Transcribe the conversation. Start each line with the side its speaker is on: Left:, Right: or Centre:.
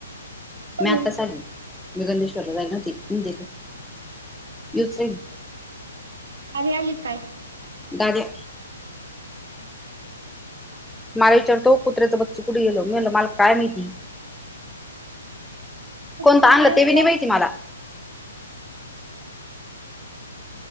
Right: कोणी
Centre: मी आताच आली, मी गंधेश्वरला जायली नव्हती, तुम देखत येऊच राहिली.
Right: आवी आली की काय?
Centre: दादया
Right: हाव काय
Centre: माला विचारतो, कुत्र्याचं बच्चू कुड गेल, मी म्हणलं मला काय माहिती.
Right: तर
Centre: कोणत
Right: कुत्र
Centre: आणलं
Right: पाळलंय
Centre: ते बी नाय
Right: काय
Centre: माहिती माला